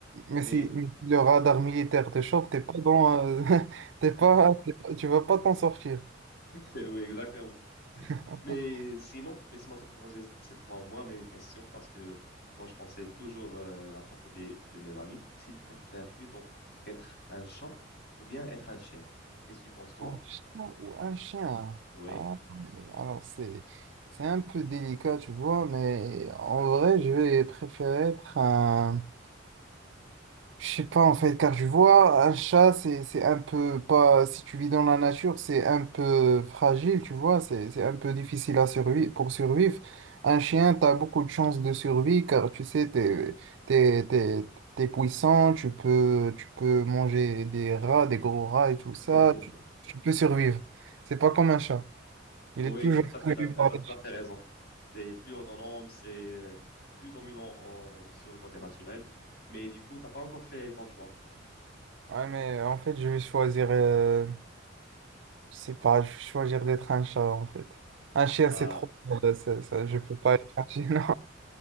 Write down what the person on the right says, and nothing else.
Mais
si, mais si le radar militaire te chope, t'es pas dans, euh, <laughs> t'es pas,
t'es pas- tu vas pas t'en sortir.
<laughs>
Un chat ou un chien?
Ah, mais alors c'est, c'est un peu délicat, tu vois, mais en vrai, je vais préférer être un, Je sais pas en fait, car je vois un chat, c'est c'est un peu pas. Si tu vis dans la nature, c'est un peu fragile, tu vois, c'est c'est un peu difficile à survivre pour survivre. Un chien, t'as beaucoup de chances de survie car tu sais, t'es t'es t'es t'es puissant, tu peux tu peux manger des rats, des gros rats et tout ça,
tu, tu peux survivre. C'est pas comme un chat. Il
est toujours
survécu
par
des
chiens.
Ouais, mais en fait, je vais choisir. euh, Je sais pas, je vais choisir d'être un chat en fait. Un chien,
c'est trop. euh, ça, ça, je peux pas être un chien, <laughs> non.